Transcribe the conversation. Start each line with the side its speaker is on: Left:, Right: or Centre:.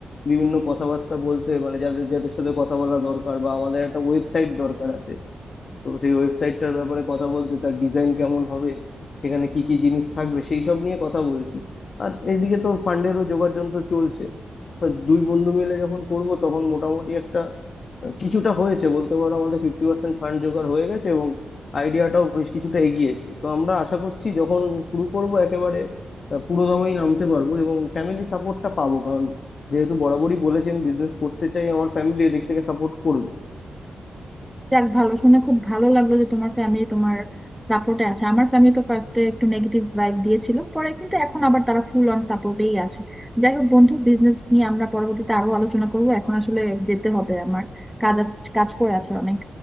Left: বিভিন্ন কথাবার্তা বলতে মানে যাদের যাদের সাথে কথা বলা দরকার বা আমাদের একটা ওয়েবসাইট দরকার আছে তো সেই ওয়েবসাইটটার ব্যাপারে কথা বলতে তার ডিজাইন কেমন হবে সেখানে কি কি জিনিস থাকবে সেই সব নিয়ে কথা বলছি আর এদিকে তো ফান্ডেরও জোগাড় যন্ত্র চলছে তো দুই বন্ধু মিলে যখন করব তখন মোটামুটি একটা আহ, কিছুটা হয়েছে বলতে পারো আমাদের ফিফটি পার্সেন্ট ফান্ড জোগাড় হয়ে গেছে এবং আইডিয়াটাও বেশ কিছুটা এগিয়েছে তো আমরা আশা করছি যখন শুরু করব একেবারে আহ, পুরোদমেই নামতে পারবো এবং ফ্যামিলি সাপোর্টটা পাবো কারণ যেহেতু বরাবরই বলেছি আমি বিজনেস করতে চাই আমার ফ্যামিলি এদিক থেকে সাপোর্ট
Centre: যাক ভালো শুনে খুব ভালো লাগলো যে তোমার ফ্যামিলি তোমার সাপোর্টে আছে আমার ফ্যামিলি তো ফার্স্টে একটু নেগেটিভ ভাইব দিয়েছিল পরে কিন্তু এখন আবার তারা ফুল অন সাপোর্টেই আছে যাই হোক বন্ধু বিজনেস নিয়ে আমরা পরবর্তীতে আরো আলোচনা করবো এখন আসলে যেতে হবে আমার কাজ আছে- কাজ পড়ে আছে অনেক